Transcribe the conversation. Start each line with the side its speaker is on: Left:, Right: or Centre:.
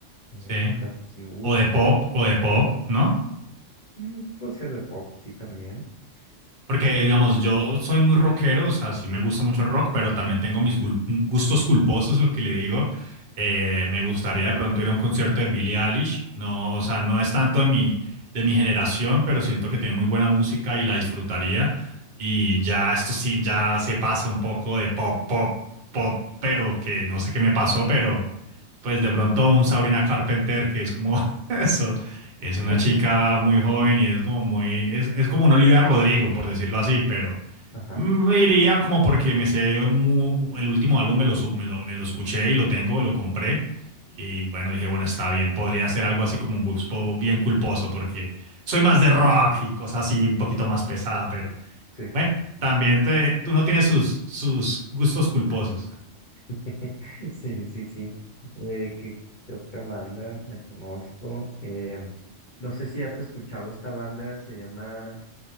Left: A ver,
Right: Sí.
Left: dejas si busco.
Right: O de pop, o de pop, ¿no?
Left: Mm, puede ser de pop, sí, también.
Right: Porque,
Left: Ah,
Right: digamos, yo soy muy rockero, o sea, sí me gusta mucho el rock, pero también tengo mis gul- gustos culposos, lo que le digo. Eh, me gustaría de pronto ir a un concierto de Billie Eilish. No, o sea, no es tanto de mi, de mi generación, pero siento que tiene muy buena música y la disfrutaría. Y ya esto sí, ya se pasa un poco de pop, pop, pop, pero que no sé qué me pasó, pero pues de pronto un Sabrina Carpenter, que es como <laughs> eso. Es una
Left: <laughs>
Right: chica muy joven y es como muy, es, es como una Olivia Rodrigo, por decirlo así, pero
Left: Ajá,
Right: mm, me iría como porque me sé mu- el último álbum me lo, su- me lo, me lo escuché y lo tengo, lo compré. Y bueno, dije, bueno, está bien, podría ser algo así como un gusto bien culposo, porque soy más de rock y cosas así un poquito más pesada, pero
Left: sí, sí.
Right: bueno, también te- uno tiene sus, sus gustos culposos.
Left: <laughs> Sí, sí, sí. Eh, ¿qué, qué otra banda me conozco? Em, no sé si has escuchado esta banda, se llama... A